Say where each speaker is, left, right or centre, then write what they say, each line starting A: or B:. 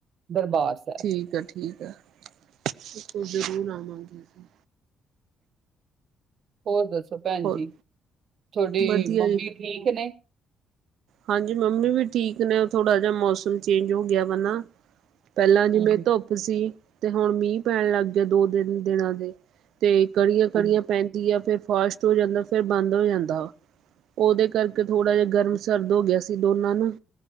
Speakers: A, on the right; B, on the right.
A: ਦਰਬਾਰ ਸਾਹਿਬ।
B: ਠੀਕ ਆ- ਠੀਕ ਆ। ਫੇਰ ਤਾਂ, ਜਰੂਰ ਆਵਾਂਗੇ ਅਸੀਂ।
A: ਹੋਰ ਦੱਸੋ ਭੈਣ
B: ਹੋਰ
A: ਜੀ। ਤੁਹਾਡੀ
B: ਵਧੀਆ
A: ਮੰਮੀ
B: ਜੀ
A: ਠੀਕ ਨੇ?
B: ਹਾਂਜੀ, ਮੰਮੀ ਵੀ ਠੀਕ ਨੇ, ਥੋੜਾ ਜਿਹਾ ਮੌਸਮ ਚੇਂਜ, ਹੋ ਗਿਆ ਵਾ ਨਾ। ਪਹਿਲਾਂ, ਜਿਵੇਂ
A: ਹਮ,
B: ਧੁੱਪ ਸੀ। ਤੇ ਹੁਣ ਮੀਂਹ, ਪੈਣ ਲੱਗ ਗਿਆ। ਦੋ, ਤਿੰਨ ਦਿਨਾਂ ਦੇ। ਤੇ, ਕੜੀਆਂ, ਕੜੀਆਂ।
A: ਹਮ,
B: ਪੈਂਦੀ ਆ। ਫੇਰ ਫਾਸ਼ਟ ਹੋ ਜਾਂਦਾ। ਫੇਰ ਬੰਦ ਹੋ ਜਾਂਦਾ ਵਾ। ਉਹਦੇ ਕਰਕੇ ਥੋੜਾ ਜਿਹਾ। ਗਰਮ
A: ਹਾਂਜੀ।
B: ਸਰਦ, ਹੋ ਗਿਆ ਸੀ। ਦੋਨਾਂ ਨੂੰ,